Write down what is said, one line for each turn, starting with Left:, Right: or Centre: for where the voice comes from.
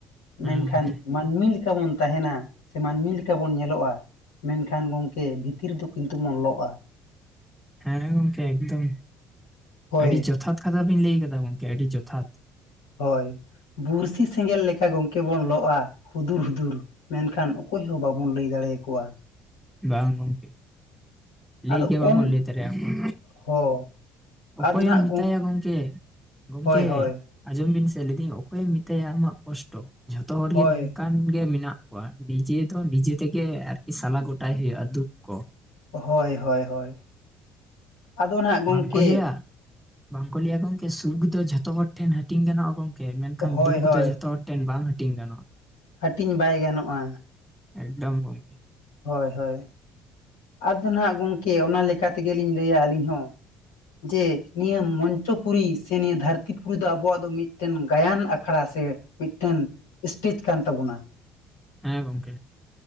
Centre: ᱦᱮᱸ
Left: ᱢᱮᱱᱠᱷᱟᱱ
Centre: ᱜᱚᱝᱠᱮ
Left: ᱢᱟᱹᱱᱢᱤ ᱞᱮᱠᱟ ᱵᱚᱱ ᱛᱟᱦᱮᱱᱟ ᱥᱮ ᱢᱟᱹᱱᱢᱤ ᱞᱮᱠᱟ ᱵᱚᱱ ᱧᱮᱞᱚᱜ-ᱟ᱾ ᱢᱮᱱᱠᱷᱟᱱ ᱜᱚᱝᱠᱮ ᱵᱷᱤᱛᱤᱨ ᱫᱚ ᱠᱤᱱᱛᱩ ᱵᱚᱱ ᱞᱚᱜ-ᱟ᱾
Centre: ᱦᱮᱸ ᱜᱚᱝᱠᱮ ᱮᱠᱫᱚᱢ
Left: ᱦᱳᱭ
Centre: ᱟᱹᱰᱤ ᱡᱚᱛᱷᱟᱛ ᱠᱟᱛᱷᱟ ᱵᱤᱱ ᱞᱟᱹᱭ ᱠᱟᱫᱟ ᱜᱚᱝᱠᱮ ᱟᱹᱰᱤ ᱡᱚᱛᱷᱟᱛ
Left: ᱦᱳᱭ ᱵᱩᱬᱥᱤ ᱥᱮᱸᱜᱮᱞ ᱞᱮᱠᱟ ᱜᱚᱝᱠᱮ ᱵᱚᱱ ᱞᱚᱜ-ᱟ᱾ ᱦᱩᱫᱩᱨ ᱦᱩᱫᱩᱨ ᱢᱮᱱᱠᱷᱟᱱ ᱚᱠᱚᱭ ᱦᱚᱸ ᱵᱟᱵᱚᱱ ᱞᱟᱹᱭ ᱫᱟᱲᱮ ᱭᱟᱠᱚᱣᱟ᱾
Centre: ᱵᱟᱝ ᱜᱚᱝᱠᱮ
Left: ᱟᱫᱚ
Centre: ᱞᱟᱹᱭ ᱜᱮ
Left: ᱚᱱ
Centre: ᱵᱟᱵᱚᱱ ᱞᱟᱹᱭ ᱫᱟᱨᱮ ᱭᱟᱠᱚᱣᱟ
Left: ᱦᱚᱸ
Centre: ᱚᱠᱚᱭᱮᱢ
Left: ᱟᱫᱚ ᱱᱟᱜ
Centre: ᱢᱮᱛᱟᱭᱟ ᱜᱚᱝᱠᱮ ᱜᱚᱝᱠᱮ
Left: ᱦᱳᱭ ᱦᱳᱭ
Centre: ᱟᱸᱡᱚᱢ ᱵᱤᱱ ᱥᱮ ᱞᱮᱫᱤᱧ ᱚᱠᱚᱭᱮᱢ ᱢᱮᱛᱟᱭᱟ ᱟᱢᱟᱜ ᱠᱚᱥᱴᱚ ᱡᱷᱚᱛᱚ ᱦᱚᱲᱜ
Left: ᱦᱳᱭ
Centre: ᱜᱮ ᱱᱚᱝᱠᱟ ᱠᱟᱱ ᱜᱮ ᱢᱮᱱᱟᱜ ᱠᱚᱣᱟ ᱱᱤᱡᱮ ᱫᱚ ᱱᱤᱡᱮ ᱛᱮᱜᱮ ᱟᱨᱠᱤ ᱥᱟᱞᱟ ᱜᱚᱴᱟᱭ ᱦᱩᱭᱩᱜᱼᱟ ᱫᱩᱠ ᱠᱚ
Left: ᱦᱳᱭ ᱦᱳᱭ ᱦᱳᱭ ᱟᱫᱚ ᱱᱟᱜ ᱜᱚᱝᱠᱮ
Centre: ᱵᱟᱝᱠᱚ ᱞᱟᱹᱭᱟ ᱵᱟᱝᱠᱚ ᱞᱟᱹᱭᱟ ᱜᱚᱝᱠᱮ ᱥᱩᱠ ᱫᱚ ᱡᱷᱚᱛᱚ ᱦᱚᱲ ᱴᱷᱮᱱ ᱦᱟᱹᱴᱤᱧ ᱜᱟᱱᱚᱜ-ᱟ ᱜᱚᱝ ᱠᱮ ᱢᱮᱱᱠᱷᱟᱱ
Left: ᱦᱳᱭ
Centre: ᱫᱩᱠ
Left: ᱦᱳᱭ
Centre: ᱫᱚ ᱡᱷᱚᱛᱚ ᱦᱚᱲ ᱴᱷᱮᱱ ᱵᱟᱝ ᱦᱟᱹᱴᱤᱧ ᱜᱟᱱᱚᱜ-ᱟ᱾
Left: ᱦᱟᱹᱴᱤᱧ ᱵᱟᱭ ᱜᱟᱱᱚᱜ-ᱟ᱾
Centre: ᱮᱠᱫᱚᱢ ᱜᱚᱝᱠᱮ
Left: ᱦᱳᱭ ᱦᱳᱭ ᱟᱫᱚ ᱱᱟᱜ ᱜᱚᱝᱠᱮ ᱚᱱᱟ ᱞᱮᱠᱟ ᱛᱮᱜᱮ ᱞᱤᱧ ᱞᱟᱹᱭᱟ ᱟᱞᱤᱧ ᱦᱚᱸ ᱡᱮ ᱱᱤᱭᱟᱹ ᱢᱚᱧᱪᱚ ᱯᱩᱨᱤ ᱥᱮ ᱱᱤᱭᱟᱹ ᱫᱷᱟᱹᱨᱛᱤ ᱯᱩᱨᱤ ᱫᱚ ᱟᱵᱚᱣᱟᱜ ᱫᱚ ᱢᱤᱫᱴᱮᱱ ᱜᱟᱭᱟᱱ ᱟᱠᱷᱲᱟ ᱥᱮ ᱢᱤᱫᱴᱮᱱ ᱥᱴᱮᱡᱽ ᱠᱟᱱ ᱛᱟᱵᱚᱱᱟ᱾
Centre: ᱦᱮᱸ ᱜᱚᱝᱠᱮ